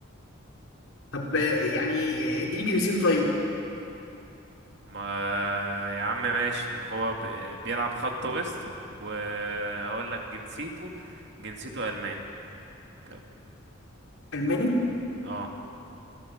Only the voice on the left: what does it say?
طب آه، يعني آه، اديني جنسيته طيب
الماني